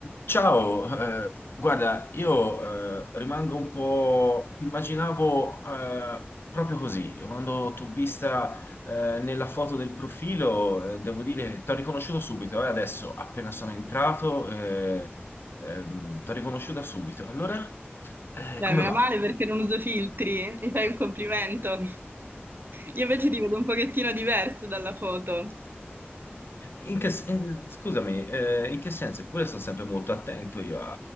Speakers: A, on the left (about 60°); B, on the right (about 55°).
A: Ciao, eh, guarda, io eh, rimango un po'... Immaginavo eh, proprio così, quando t'ho vista eh, nella foto del profilo, eh, devo dire che t'ho riconosciuto subito, eh, adesso appena sono entrato, eh, ehm, t'ho riconosciuta subito. Allora, eh,
B: Dai,
A: come
B: meno
A: va?
B: male perché non uso filtri, mi fai un complimento. Io invece ti vedo un pochettino diverso dalla foto.
A: In che s- eh, scusami, eh, in che senso? Eppure sto sempre molto attento io a,